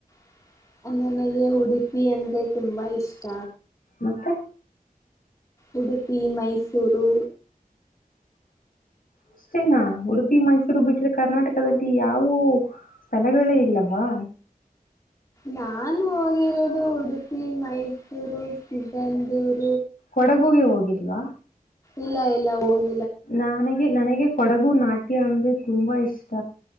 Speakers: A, on the left; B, on the left.
A: <unintelligible> <inaudible> ತುಂಬಾ ಇಷ್ಟ.
B: ಮತ್ತೆ
A: ಉಡುಪಿ ಮೈಸೂರು
B: ಅಷ್ಟೇನಾ ಉಡುಪಿ ಮೈಸೂರು ಬಿಟ್ರೆ ಕರ್ನಾಟಕದಲ್ಲಿ ಯಾವೂ ಸ್ಥಳಗಳೇ ಇಲ್ಲವಾ?
A: ನಾನು ಹೋಗಿ ದ್ದು ಉಡುಪಿ ಮೈಸೂರು ಸಿಗಂದೂರು.
B: ಕೊಡಗುಗೆ ಹೋಗಿಲ್ವಾ
A: ಇಲ್ಲ ಇಲ್ಲ ಹೋಗಿ
B: ನನಗೆ ನನಗೆ ಕೊಡಗು ನಾಟ್ಯ ಅಂದ್ರೆ ತುಂಬಾ ಇಷ್ಟ